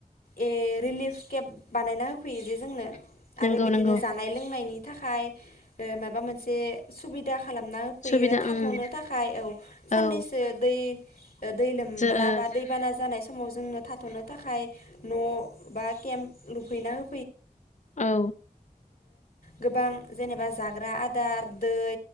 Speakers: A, on the left; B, on the left.
A: ए रिलिफ केम्प बानायना होफैयो जे जोंनो औ आरो
B: नंगौ
A: बिदिनो
B: नंगौ
A: जानाय लोंनायनि थाखाय ओ माबा मोनसे सुबिदा खालामना होफैयो
B: सुबिदा
A: थाथ'नो
B: ओं
A: थाखाय औ साननैसो
B: औ
A: दै दै लोमब्ला
B: जो ओ
A: बा दैबाना जानाय समाव जोंनो थाथ'नो थाखाय न' बा केम्प लुफैना हो
B: औ
A: गोबां जेनेबा जाग्रा आदार दै